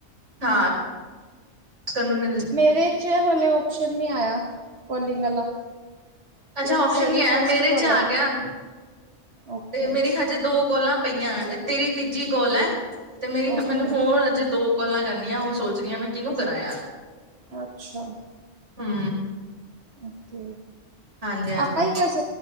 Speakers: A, on the right; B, on the right.
A: ਹਾਂ, ਤਨੂੰ ਨੇ
B: ਮੇਰੇ'ਚ ਹਲੇ ਓਪਸ਼ਨ ਨਹੀਂ ਆਇਆ, ਕੌਲਿੰਗ ਆਲਾ।
A: ਅੱਛਾ
B: ਕਿਉਂਕਿ
A: ਔਪਸ਼ਨ
B: ਤੇਰੀ
A: ਨਹੀ ਆਇਆ,
B: ਫਸਟ
A: ਮੇਰੇ'ਚ
B: ਕੋਲ ਆ,
A: ਆਗਿਆ,
B: ਓਕੇ,
A: ਤੇ ਮੇਰੀ ਹਜੇ ਦੋ ਕੋਲਾਂ ਪਈਆਂ, ਤੇਰੀ ਤੀਜੀ ਕੋਲ ਐ, ਤੇ ਮੇਰੀ
B: ਓਕੇ।
A: ਮੈਨੂੰ ਹੋਰ ਅਜੇ ਦੋ ਕੌਲਾਂ ਕਰਨੀਆਂ, ਉਹ ਸੋਚਰੀ ਆਂ, ਮੈਂ ਕਿਨੂੰ ਕਰਾਂ ਯਾਰ।
B: ਅੱਛਾ।
A: ਹੂੰ
B: ਓਕੇ,
A: ਹਾਂਜੀ ਹਾਂਜੀ
B: ਆਪਾ ਈ ਕਰ ਸ